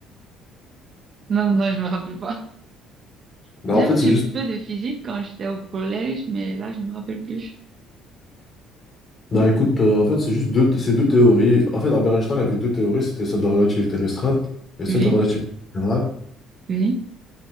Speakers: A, on the right (about 35°); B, on the left (about 30°).
A: Non, non, non, je me rappelle pas.
B: Bah,
A: J'ai
B: en fait,
A: fait
B: c'est juste
A: un peu de physique quand j'étais au collège, mais là, je me rappelle plus.
B: Non, écoute, euh, en fait, c'est juste deux, c'est deux théories. En fait, Albert Einstein avait deux théories, c'était celle de la relativité restreinte et celle
A: Oui,
B: de la relativité générale.
A: oui,